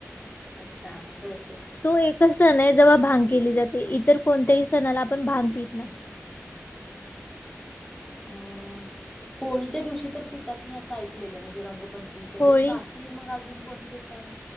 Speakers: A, on the left; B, on the left.
A: अच्छा बर बर.
B: तो एकच सण आहे जेव्हा भांग केली जाते इतर कोणत्याही सणाला आपण भांग पित नाही
A: अ होळीच्या दिवशी तर पितात मी असं ऐकलेलं म्हणजे रंग पंचमीच्या
B: होळी
A: वेळी बाकी मग अजून कोणते सण